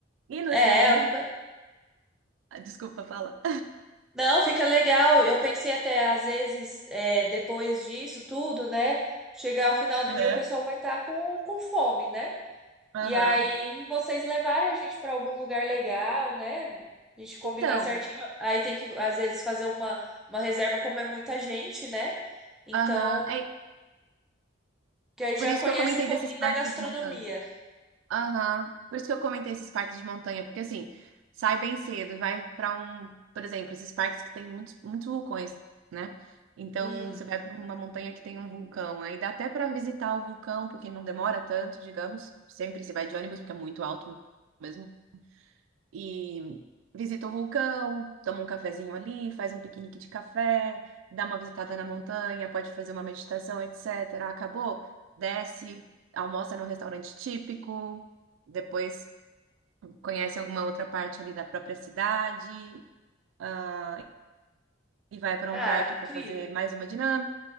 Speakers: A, on the right; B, in the centre.
A: E no
B: É,
A: segundo.
B: fica-
A: Ah, Desculpa, fala.
B: Não, fica legal. Eu pensei até, às vezes, é, depois disso tudo, né? Chegar ao final do
A: Aham.
B: dia, o pessoal vai estar com, com fome, né?
A: Aham.
B: E aí vocês levarem a gente para algum lugar legal, né? A gente combinar
A: Então,
B: certinho. Aí tem que, às vezes, fazer uma, uma reserva, como é muita gente, né? Então,
A: aham. É
B: que aí já
A: por isso
B: conhece
A: que eu comentei
B: um pouquinho
A: desses parques
B: da gastronomia.
A: de montanha. Aham. Por isso que eu comentei esses parques de montanha, porque assim, sai bem cedo, e vai pra um, por exemplo, esses parques que tem muitos, muitos vulcões, né? Então,
B: Uhum.
A: você vai pra uma montanha que tem um vulcão, aí dá até pra visitar o vulcão, porque não demora tanto, digamos. Sempre você vai de ônibus, porque é muito alto mesmo e visita o vulcão, toma um cafezinho ali, faz um piquenique de café, dá uma visitada na montanha, pode fazer uma meditação, etc. Acabou, desce, almoça no restaurante típico, depois conhece alguma outra parte ali da própria cidade, ah, e vai para
B: Ah,
A: um parque
B: é incrível.
A: para fazer mais uma dinâmica.